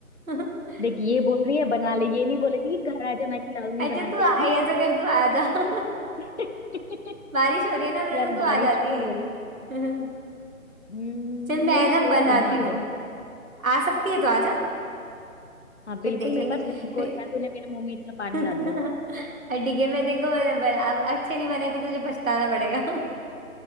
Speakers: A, on the right (about 70°); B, on the left (about 50°).
A: <laughs>
B: देख ये बोल रही है बना ले ये नहीं बोलेगी कि घर आजा मैं खिलाऊंगी
A: अच्छा
B: बना
A: तू
B: के
A: आए
B: है ना
A: ऐसा कर तू आ जा <laughs>
B: <laughs>
A: बारिश हो रही है ना वरना
B: यार
A: तो तू
B: बारिश
A: आ जाती
B: तो हो रही है
A: <laughs>
B: हम्म,
A: चल मैं
B: नहीं मैं
A: ना
B: सोच
A: बनाती
B: रही हूँ आ
A: हूँ
B: जाऊँ
A: आ सकती है तो आ जा
B: हाँ बिल्कुल
A: फिर देख
B: मेरे
A: लेंगे
B: पास रेनकोट
A: फिर
B: है तूने मेरे मुंह में इतना पानी
A: <laughs>
B: ला दिया
A: और ठीक है मैं देखो बना अब अच्छे नहीं बने तो तुझे पछताना पड़ेगा <laughs>